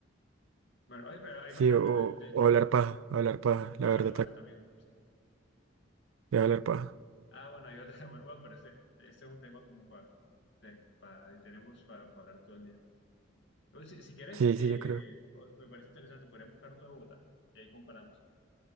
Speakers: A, on the left; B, on the right.
A: Bueno, oye, pero hay
B: sí,
A: bastantes.
B: o,
A: De, de hecho,
B: o hablar paja, hablar paja,
A: sí,
B: la
A: hablar
B: verdad, acá
A: paja también, sí.
B: de hablar paja.
A: Ah, bueno, hay otra. <laughs> Bueno, bueno, pero ese, ese es un tema como para, para, tenemos para, para hablar todo el día. Pero si, si quieres,
B: Sí,
A: eh,
B: sí, yo creo.
A: o- me parece interesante, podríamos buscar uno de Bogotá y ahí comparamos.